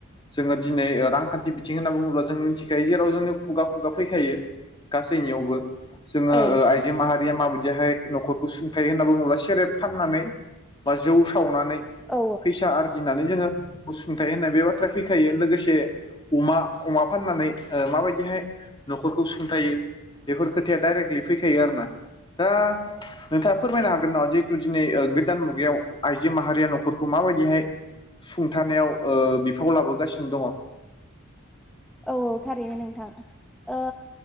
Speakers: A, on the left (about 20°); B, in the centre.
A: जोङो दिनै रांखान्थि बिथिं होनना बुङोब्ला जों मिथिखायो जेराव जोंनि खुगा खुगा फैखायो। गासैनियावबो जोङो
B: औ
A: ओ आइजो माहारिया माबायदिहाय न'खरखौ सुंथाय होनना बुङोब्ला सेरेब फाननानै बा जौ सावनानै
B: औ
A: फैसा आरजिनानै जोङो। असुंथाइ होननाय बे बाथ्राया फैखायो लोगोसे अमा अमा फाननानै माबायदिहाय न'खरखौ सुंथायो बेफोर खोथाया डाइरेक्टलि फैखायो आरोना दा नोंथाङा फोरमायनो हागोन नामा जिहेतु दिनै गोदान मुगायाव आइजो माहारिया न'खरखौ माबायदिहाय सुंथानायाव बिफाव लाबोगासिनो दङ
B: औ औ थारैनो नोंथां ओ